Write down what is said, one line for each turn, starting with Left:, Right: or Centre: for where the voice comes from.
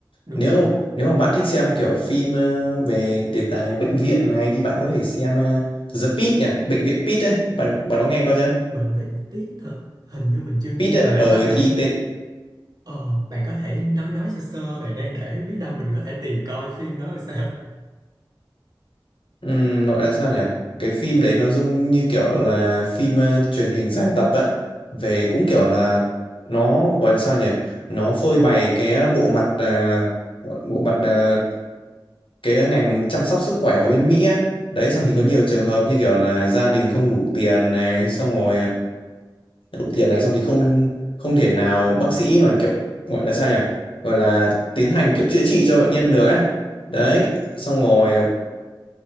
Right: đúng
Left: nếu
Right: rồi
Left: nếu mà bạn thích xem kiểu phim ờ, về đề tài bệnh viện này thì bạn có thể xem ờ, The Pitt nhỉ bệnh viện Pitt ấy bạn bạn có nghe qua chưa
Right: bệnh viện tiết hả hình như mình chưa nghe
Left: Pitt
Right: nhưng
Left: ấy,
Right: mà bạn có thể
Left: P-I-T
Right: ờ bạn có thể nói nói sơ sơ về đây để biết đâu mình có thể tìm coi phim đó là sao
Left: um, gọi là sao nhỉ cái phim đấy nó dung như kiểu là phim ờ, truyền hình dài tập ấy về cũng kiểu là nó gọi là sao nhỉ nó phơi bày cái ờ, bộ mặt ờ, bộ mặt ờ, cái ngành chăm sóc sức khỏe ở bên Mỹ á đấy
Right: ừ
Left: xong thì có nhiều trường hợp như kiểu là gia đình không đủ tiền này xong rồi ờ, đủ tiền này xong thì không không thể nào bác sĩ mà kiểu gọi là sao nhỉ gọi là tiến hành kiểu chữa trị cho bệnh nhân được á đấy
Right: ừ
Left: xong rồi